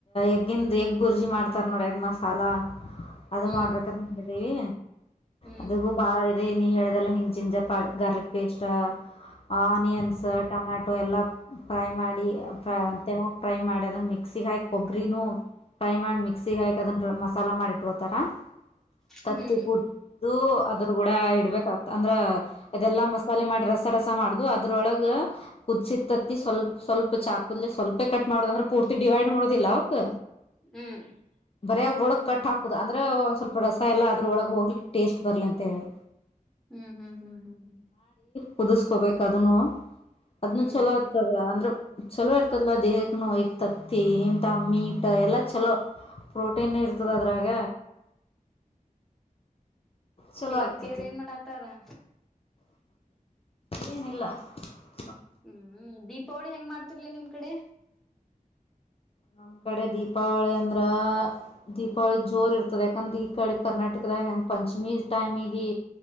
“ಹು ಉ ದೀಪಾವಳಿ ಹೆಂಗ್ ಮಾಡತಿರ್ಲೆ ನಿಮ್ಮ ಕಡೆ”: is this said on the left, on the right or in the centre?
Centre